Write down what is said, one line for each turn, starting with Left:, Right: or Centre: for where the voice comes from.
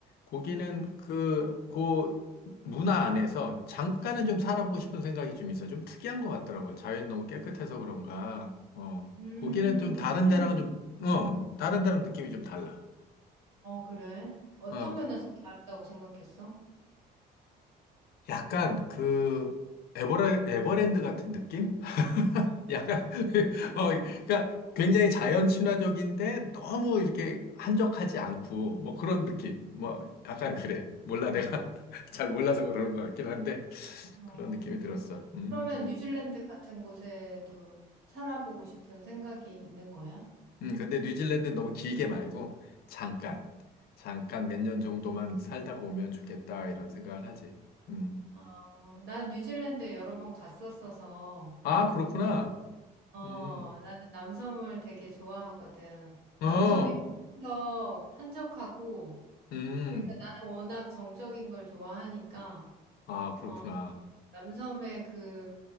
Left: 거기는
Right: 음,
Left: 그, 그 문화 안에서 잠깐은 좀 살아보고 싶은 생각이 좀 있어. 좀 특이한 것 같더라고요. 자연이 너무 깨끗해서 그런가. 어,
Right: 음,
Left: 거기는 좀
Right: 뉴질랜드.
Left: 다른 데랑은 좀, 어, 다른 데랑 느낌이 좀 달라.
Right: 어, 그래. 어떤
Left: 어,
Right: 면에서 다르다고 생각했어?
Left: 약간 그 에버랜, 에버랜드 같은 느낌? 약간, <laughs> 어, 그러니까 굉장히 자연 친화적인데 너무 이렇게 한적하지 않고 뭐 그런 느낌. 뭐 약간 그래. 몰라. 내가 <laughs> 잘 몰라서 그러는 것 같긴 한데
Right: 어.
Left: 그런 느낌이 들었어. 음.
Right: 그러면 뉴질랜드 같은 곳에도 살아보고 싶은 생각이 있는 거야?
Left: 음, 근데 뉴질랜드는 너무 길게 말고 잠깐, 잠깐 몇 년 정도만 살다가 오면 좋겠다 이런 생각을 하지. 음.
Right: 어, 난 뉴질랜드 여러 번 갔었어서,
Left: 아, 그렇구나.
Right: 어,
Left: 음.
Right: 나는 남섬을 되게 좋아하거든.
Left: 어,
Right: 남섬이 훨씬 더 한적하고,
Left: 음.
Right: 그러니까 나는 워낙 정적인 걸 좋아하니까,
Left: 아, 그렇구나.
Right: 어, 남섬의 그